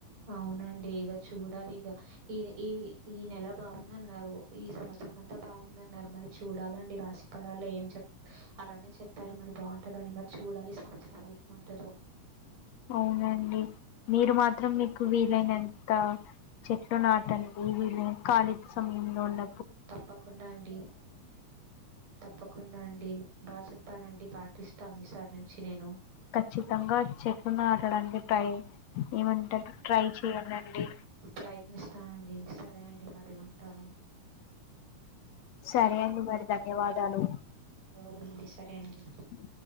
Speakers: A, on the right (about 75°); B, on the left (about 70°).
A: అవునండి ఇగ చూడాలి ఈ ఈ ఈ నెల బాఉందన్నారు ఈ సంవత్సరం అంతా బాఉందన్నారు మరి చూడాలండి రాశి పలాల్లో ఏం చె అలానే చెప్పారు మరి బాఉంటదని మరి చూడాలి ఈ సంవత్సరం ఎలా ఉంటదో
B: అవునండి మీరు మాత్రం మీకు వీలైనంత చెట్లు నాటండి వీలై కాలీ సమయంలో ఉన్న
A: తప్పకుండా అండి తప్పకుండా అండి బా చెప్పారండి పాటిస్ త ఈసారి నుంచి నేను
B: ఖచ్చితంగా చెట్లు నాటడానికి ట్రై ఏమన్ ట్రై చేయండండి
A: ప్రయత్నిస్తానండి. సరే అండి మరి ఉంటాను
B: సరే అండి మరి ధన్యవాదాలు
A: <inaudible> అండి
B: హ